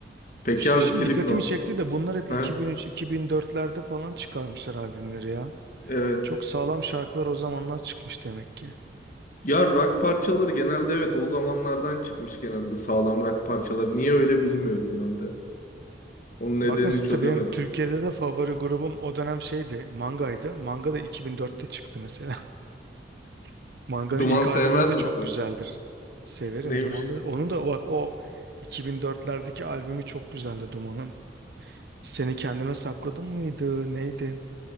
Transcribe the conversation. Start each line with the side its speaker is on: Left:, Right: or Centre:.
Left: Peki
Right: Ş-
Left: abi
Right: Şimdi
Left: Slipknot.
Right: dikkatimi çekti de bunlar hep
Left: Ha?
Right: 2003-2004'lerde falan çıkarmışlar albümleri ya.
Left: Evet.
Right: Çok sağlam şarkılar o zamanlar çıkmış demek ki.
Left: Ya rock parçaları genelde evet o zamanlardan çıkmış genelde sağlam rock parçaları. Niye öyle bilmiyorum ben de. Onun nedenini
Right: Bak mesela
Left: çözemedim.
Right: benim Türkiye'de de favori grubum o dönem şeydi, Manga'ydı. Manga da 2004'te çıktı mesela. <laughs> Manga'nın
Left: Duman
Right: ilk
Left: sevmez
Right: albümü de
Left: misin?
Right: çok güzeldir. Severim
Left: Neymiş?
Right: Duman'da. Onu da bak o 2004'lerdeki albümü çok güzeldi Duman'ın. Seni kendime sakladım mıydı? Neydi?